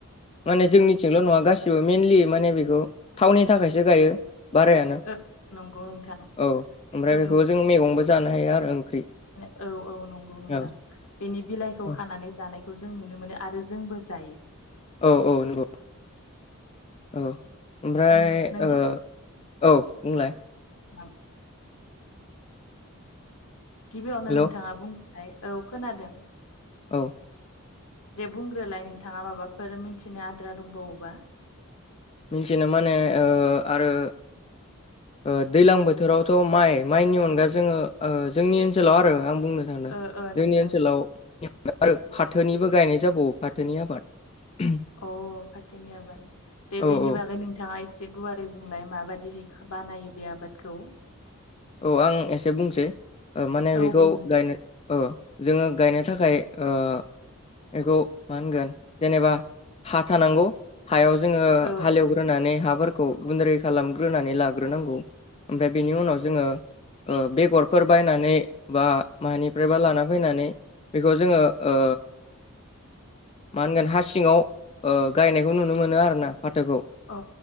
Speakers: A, on the left; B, on the left.
A: माने जोंनिथिंल' नङा गासिबो मेनलि माने बेखौ थावनि थाखायसो गायो बारायानो।
B: ओ नंगौ नोंथां
A: औ ओमफ्राय
B: बेसर
A: बेखौबो जों मैगंबो जानो हायो आरो ओंख्रि।
B: बे औ औ नंगौ नोंथां।
A: औ
B: बेनि बिलाइखौ
A: औ
B: खानानै जानायखौ जों नुनो मोनो आरो जोंबो जायो।
A: औ औ नंगौ <inaudible> औ। ओमफ्राय
B: ओ नोंथां
A: ओ औ बुंलाय।
B: आ। गिबियावनो
A: हेलौ
B: नोंथाङा बुंलाय औ खोनादों।
A: औ
B: <inaudible> दे बुंग्रोलाय नोंथाङा माबाफोर मिथिनो आद्रा दंबावोबा।
A: बुंथिनो माने ओ आरो ओ दैलां बोथोरावथ' माइ माइनि अनगा जोङो ओ जोंनि ओनसोलाव आरो आं बुंनो <unintelligible>
B: ओ ओ नोंथां
A: जोंनि ओनसोलाव आरो फाथोनिबो गायनाय जाबावो फाथोनि आबाद।
B: अ फाथोनि आबाद दे
A: औ
B: बेनि
A: औ
B: बा ओफ्राय नोंथाङा एसे गुवारै बुंलाय माबायदिहै बानायो बे आबादखौ।
A: औ आं एसे बुंसै ओ माने
B: औ
A: बेखौ
B: बुं नोंथां
A: गायनो औ जोङो गायनो थाखाय ओ बेखौ मा होनगोन जेनेबा हा थानांगौ हायाव जोङो
B: औ
A: हालेवग होनानै हाफोरखौ गुन्द्रै खालामग्रोनानै लाग्रोनांगौ। ओमफ्राय बेनि उनाव ज जोङो ओ बेगरफोर बायनानै बा मानिफ्रायबा लाना फैनानै बेखौ जोङो ओ मा होनगोन हा सिङाव ओ गायनायखौ नुनो मोनो आरोना फाथोखौ।
B: अ